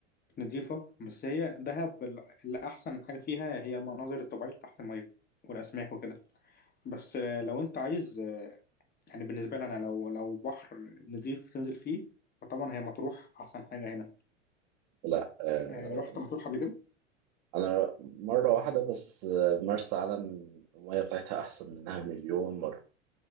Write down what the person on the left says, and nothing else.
نضيفة بس هي دهب ال- اللي أحسن حاجة فيها هي المناظر الطبيعية اللي تحت المية والأسماك وكده بس آه، لو أنت عايز آه، يعني بالنسبة لي أنا لو لو بحر نضيف تنزل فيه فطبعا هي مطروح أحسن حاجة هنا
آه، رحت مطروح قبل كده؟